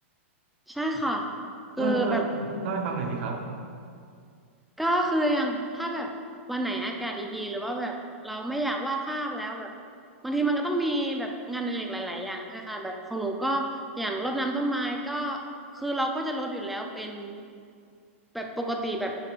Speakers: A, in the centre; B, on the right (about 60°).
A: ใช่ค่ะคือแบบ
B: เออเออเล่าให้ฟังหน่อยสิครับ
A: ก็คืออย่างถ้าแบบวันไหนอากาศดีๆหรือว่าแบบเราไม่อยากวาดภาพแล้วแบบบางทีมันก็ต้องมีแบบงานอดิเรกหลายๆอย่างใช่ไหมคะแบบของหนูก็อย่างรดน้ำต้นไม้ก็คือเราก็จะรดอยู่แล้วเป็นแบบปกติแบบ